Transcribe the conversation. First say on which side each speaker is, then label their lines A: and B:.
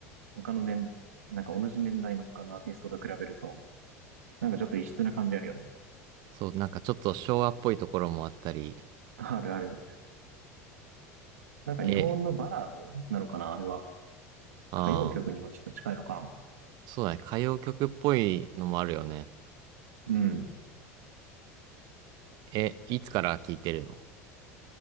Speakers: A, on the right; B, on the right.
A: 他の年、なんか同じ年代の他のアーティストと比べると、なんかちょっと異質な感じあるよね。
B: そう、なんかちょっと昭和っぽいところもあったり、
A: あるある。なんか日本のバラードなのかな、
B: え、
A: あれは。
B: ああ、
A: 歌謡曲にもちょっと近いのか
B: そうだね。歌謡曲っぽいのもあるよね。
A: な。うん。
B: え、いつから聴いてるの